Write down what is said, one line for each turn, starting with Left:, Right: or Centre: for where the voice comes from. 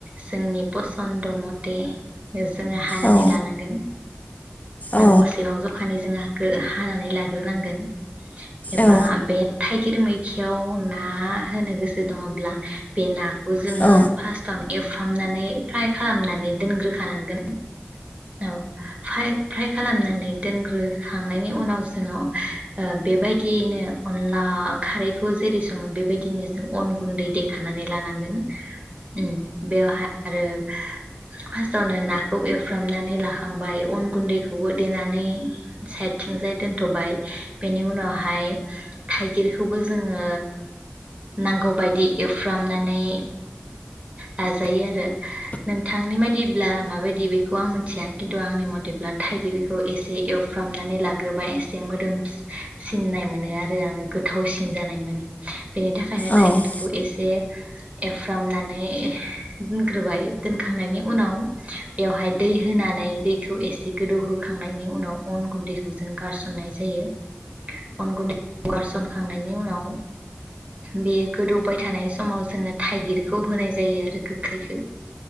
Right: जोंनि फसन्द मथे जोङो हानानै
Left: औ
Right: लानांगोन। नांगौसेबां
Left: औ
Right: जखानि जोंहा खो हानानै लाग्रोनांगोन। एबा
Left: औ
Right: बेट थाइगिर मैखियाव ना होनो गोसो दङब्ला बे ना जोङो
Left: औ
Right: फास्स्टावनो एवफ्रामनानै फ्राय खालामनानै दोनग्रोखानांगोन। औ फ्राय। फ्राय खालामनानै दोनग्रोखांनायनि उनाव जोङो ओ बेबायदियैनो अनला खारैखौ जेरै सङो बेबायदियैनो जों अन गुन्दै देखनानै लानांगोन। उम बेवहाय आरो फार्स्टावनो नाखौ एव एवफ्रामनानै लाखांबाय अन गुन्दैखौबो देनानै साइदथिंजाय दोनथ'बाय बेनि उनावहाय थाइगिरखौबो जोङो नांगौबायायदि एवफ्रामनानै लाजायो आरो नोंथांनि बादिब्ला माबायदि बेखौ आं मिथिया खिन्थु आंनि मथेब्ला थाइगिरखौ एसे एवफ्रामनानै लाग्रोबा एसे मोदोम सिननाय मोनो आरो आङो गोथावसिन जानाय मोनो बेनि थाखायनो
Left: औ
Right: थाइगिरखौ एसे एवफ्रामनानै दोनग्रोबाय दोनखांनायनि उन उनाव बेवहाय दै होनानै दैखौ एसे गोदौहोखांनायनि उनाव अन गुन्दैखौ जों गारसननाय जायो अन गुन्दैखौ गारसनखांनायनि उनाव बे गोदौबाय थानाय समाव जोङो थाइगिरखौ होनाय जायो आरो गोखैखौ